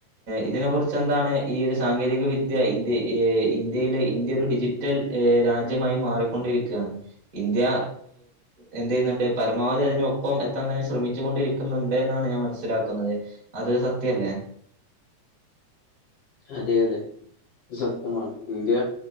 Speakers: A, on the right; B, on the left.
A: ഇതിനെ കുറിച്ചെന്താണ് ഈ ഒരു സാങ്കേതിക വിദ്യ ഏ ഇന്ത്യ ഇന്ത്യയിലെ ഇന്ത്യ ഒരു ഡിജിറ്റൽ രാജ്യമായി മാറിക്കൊണ്ടിരിക്കാ ണ് ഇന്ത്യ എന്ത് ചെയ്യ്ന്നുണ്ട് പരമാവധി അതിനൊപ്പം എത്താൻ തന്നെ ശ്രമിച്ചൊണ്ടിരിക്കുന്ന്ണ്ട്. ഉണ്ടെന്ന് എന്നാണ് ഞാൻ മനസ്സിലാക്കുന്നത് അത് സത്യല്ലേ
B: അതെ അതെ സത്യമാണ് ഇന്ത്യ